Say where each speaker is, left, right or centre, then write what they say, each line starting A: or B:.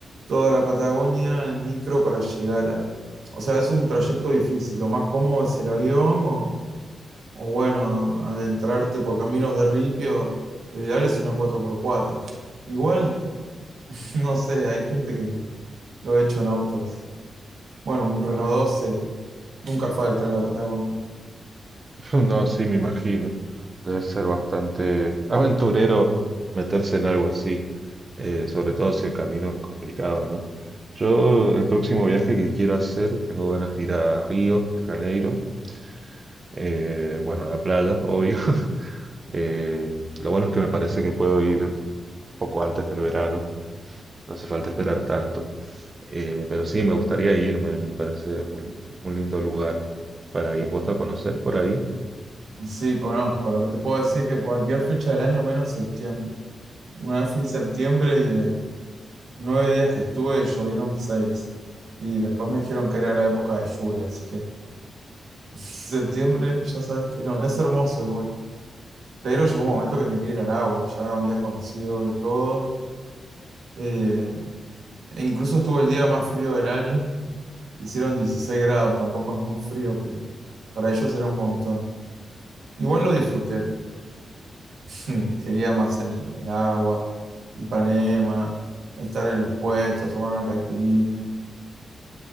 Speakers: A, on the right; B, on the right.
A: toda la Patagonia en micro para llegar a... O sea, es un trayecto difícil. Lo más cómodo es el avión o, o bueno, adentrarte por caminos de ripio. Lo ideal es una cuatro por cuatro. Igual, <laughs> no sé, hay gente que lo ha hecho en autos. Bueno, un Renault 12 nunca falta en la Patagonia.
B: <laughs> No, sí, me imagino. Debe ser bastante aventurero meterse en algo así, eh, sobre todo si el camino es complicado, ¿no? Yo, el próximo viaje que quiero hacer, tengo ganas de ir a Río de Janeiro, eh, bueno, a la playa, obvio. <laughs> Eh, lo bueno es que me parece que puedo ir un poco antes del verano, no hace falta esperar tanto. Eh, pero sí, me gustaría irme, me parece un, un lindo lugar para ir. ¿Vos la conocés por ahí?
A: Sí, conozco. Lo que te puedo decir que cualquier fecha del año menos septiembre. Una vez fui en septiembre y de nueve días que estuve llovieron seis. Y después me dijeron que era la época de lluvia, así que septiembre ya sabes que no, es hermoso igual. Pero llegó un momento que quería ir al agua, ya había conocido de todo. eh, e incluso estuvo el día más frío del año, que hicieron 16 grados, tampoco es muy frío, pero para ellos era un montón. Igual lo disfruté, pero <laughs> quería más el, el agua, Ipanema, estar en los puestos, tomar una caipirinha.